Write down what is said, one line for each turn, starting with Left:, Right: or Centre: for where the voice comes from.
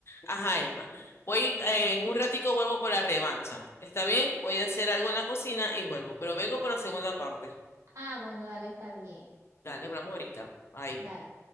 Left: Ajá, Emma. Voy, eh, en un ratico vuelvo por la revancha. ¿Está bien? Voy a hacer algo en la cocina y vuelvo. Pero vengo por la segunda parte.
Right: Ah, bueno, dale, está bien.
Left: Dale, hablamos ahorita. Bye.
Right: Dale.